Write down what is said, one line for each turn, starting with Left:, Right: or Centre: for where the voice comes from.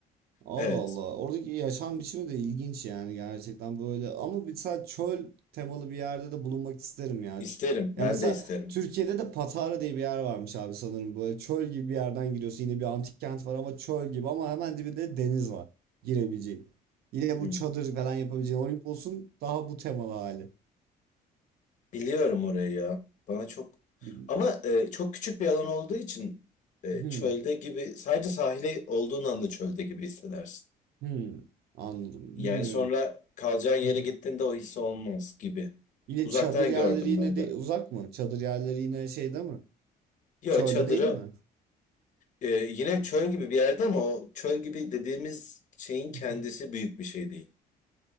Right: Allah
Left: Evet.
Right: Allah. Oradaki yaşam biçimi de ilginç yani gerçekten böyle. Ama mesela çöl temalı bir yerde de bulunmak isterim ya.
Left: isterim Ben
Right: Ya mesela
Left: de isterim.
Right: Türkiye'de de Patara diye bir yer varmış abi sanırım. Böyle çöl gibi bir yerden giriyorsun. Yine bir antik kent var ama çöl gibi ama hemen dibinde deniz var girebileceğin. Yine
Left: Hı.
Right: bu çadır falan yapabileceğin. Olimpos'un daha bu temalı hali.
Left: Biliyorum orayı ya. Bana çok
Right: Bil-
Left: ama e, çok küçük bir alan olduğu için e,
Right: Hmm,
Left: çölde gibi sadece sahile olduğun anda çölde gibi hissedersin.
Right: hmm. Anladım.
Left: Yani
Right: Bilmiyorum.
Left: sonra kalacağın yere
Right: <laughs>
Left: gittiğinde o his olmaz gibi.
Right: Yine
Left: Uzaktan
Right: çadır yerleri
Left: gördüm
Right: yine
Left: ben
Right: de
Left: de.
Right: uzak mı? Çadır yerleri yine şeyde mi?
Left: Ya
Right: Çölde
Left: çadırı
Right: değil mi?
Left: e, yine çöl gibi bir yerde ama o çöl gibi dediğimiz şeyin
Right: <laughs>
Left: kendisi büyük bir şey değil.